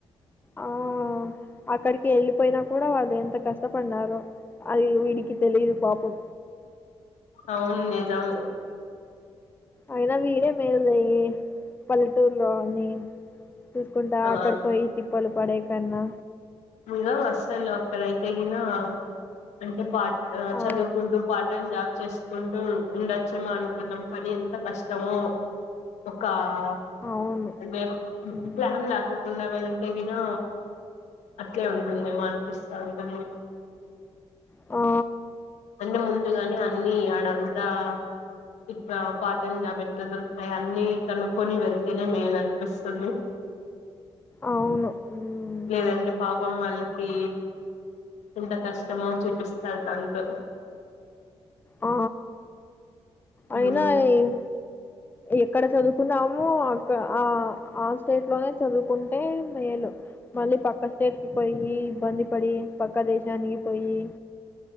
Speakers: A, on the left; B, on the left.
A: ఆ అక్కడికి వెళ్ళిపోయినా కూడా వాళ్ళు ఎంత కష్టపడ్డారో అది వీడికి తెలిదు పాపం
B: అవును నిజం
A: అయినా వీడే మేలే లే పల్లెటూరులో అని చూసుకుంటా
B: ఆ
A: అక్కడ పోయి తిప్పలు పడే కన్నా
B: నిజం అస్సలు అక్కడైతే గిన అంటే పా అ
A: ఆ
B: చదువుకుంటు పార్టైన్ జా చేస్ కుంటూ ఉండచ్చేమో అనుకున్నం కాని ఎంత కష్టమో ఒక్కా ఆ
A: అవును
B: అండేప్
A: హ్మ్.
B: ప్లాన్ లాకోకుండా వెళ్తే గినా అట్లే ఉందుమెమో అనిపిస్తాంటుంది
A: వా
B: అందే ముందుగానే అన్నీ ఆడంతా ఇట్లా పార్టైమ్ జాబ్ ఎట్ల దొరుకుతాయ అన్ని కనుక్కొని వెళ్తెనే మేలనిపిస్తుంది
A: అవును హ్మ్.
B: లేదంటే పాపం వాళ్ళు క్వీ ఎంత కష్టమొ చూపిస్తారు తనుతో
A: ఆ అయినా
B: ఉమ్
A: ఈన్ ఎక్కడ చదువుకున్నామో అక్క ఆ ఆ స్టేట్ లోనే చదువుకుంటే మేలు మళ్ళీ పక్క స్టేట్ కి పొయ్యి ఇబ్బంది పడి పక్క దేశానికి పొయ్యి